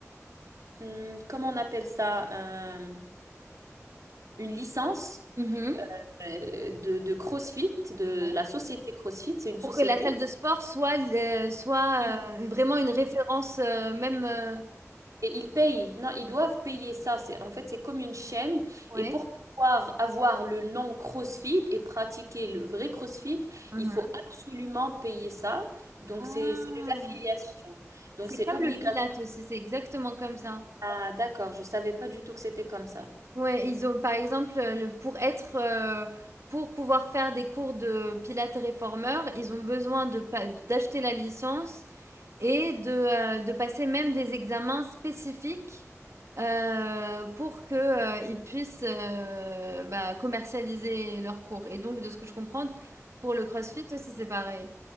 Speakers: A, on the right; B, on the right.
A: une- comment on appelle ça, euh, une licence
B: Mhm.
A: euh, de, de CrossFit, de
B: Ouais.
A: la société CrossFit. C'est une société.
B: Pour que la salle de sport soit le- soit
A: qui
B: euh, vraiment une référence euh, même euh,
A: Et ils payent. Non, ils doivent payer ça. C'est, en fait, c'est comme une chaîne.
B: ouais.
A: Et pour pouvoir avoir le nom CrossFit et pratiquer le vrai CrossFit,
B: Mhm.
A: il faut absolument payer ça. Donc,
B: Ah,
A: c'est c'est des affiliations. Donc,
B: c'est
A: c'est
B: comme
A: obligatoire.
B: le Pilate aussi, c'est exactement comme ça.
A: Ah, d'accord. Je savais pas du tout que c'était comme ça.
B: Ouais, ils ont par exemple, heu, le pour être, heu, pour pouvoir faire des cours de pilates réformeur, ils ont besoin de pa d'acheter la licence et de, heu, de passer même des examens spécifiques, heu, pour que, heu, ils puissent, heu, bah, commercialiser leurs cours et donc de ce que je comprends, pour le CrossFit aussi, c'est pareil.